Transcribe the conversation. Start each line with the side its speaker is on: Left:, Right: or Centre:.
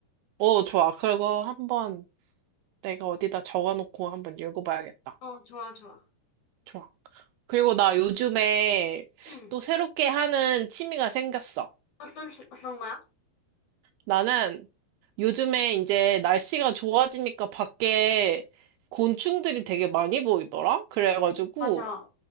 Right: 오, 좋아. 그거 한번 내가 어디다 적어놓고 한번 읽어봐야겠다.
Left: 어, 좋아, 좋아.
Right: 좋아. 그리고 나 요즘에
Left: 응.
Right: 또 새롭게 하는 취미가 생겼어.
Left: 어떤, 책- 어떤 거야?
Right: 나는 요즘에 이제 날씨가 좋아지니까 밖에 곤충들이 되게 많이 보이더라? 그래가지고,
Left: 맞아.